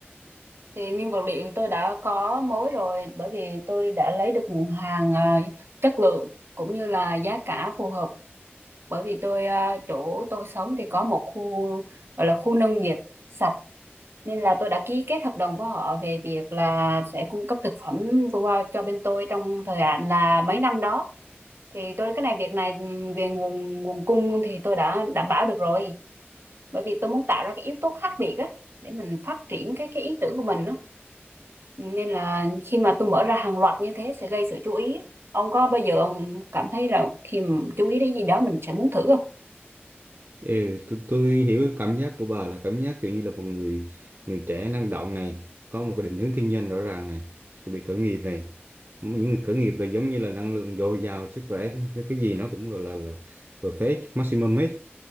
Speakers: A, on the right; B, on the right.
A: thì nguyên vật liệu tôi đã có mối rồi bởi vì tôi đã lấy được nguồn hàng à, chất lượng cũng như là giá cả phù hợp bởi vì tôi à, chỗ tôi sống thì có một khu gọi là khu nông nghiệp sạch Nên là tôi đã ký kết hợp đồng với họ về việc là sẽ cung cấp thực phẩm vừa qua cho bên tôi trong thời hạn là mấy năm đó. Thì tôi cái này việc này ừm, về nguồn nguồn cung thì tôi đã đảm bảo được rồi. Bởi vì tôi muốn tạo ra cái yếu tố khác biệt á để mình phát triển cái cái ý tưởng của mình á. Nên là khi mà tôi mở ra hàng loạt như thế sẽ gây sự chú ý. á. Ông có bao giờ ông cảm thấy là khi mà chú ý đến gì đó mình sẽ muốn thử không?
B: Ừ, tôi, tôi hiểu cái cảm giác của bà là cảm giác kiểu như là một người người trẻ năng động này có một cái định hướng kinh doanh rõ ràng này chuẩn bị khởi nghiệp này những người khởi nghiệp là giống như là năng lượng dồi dào sức khỏe thế, cái gì nó cũng là là, là perfect maximum hết